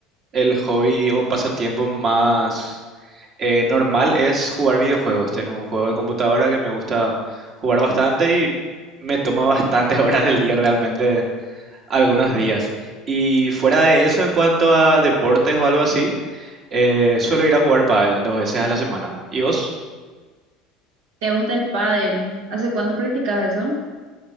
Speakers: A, on the right; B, on the right.
A: el hobby o pasatiempo más eh, normal es jugar videojuegos. Tengo un juego de computadora que me gusta jugar bastante y me toma bastantes <laughs> horas del día realmente algunos días. Y fuera de eso, en cuanto a deportes o algo así, Eh, suelo ir a jugar pádel dos veces a la semana. ¿Y vos?
B: ¿Te gusta el pádel? ¿Hace cuánto practicas eso?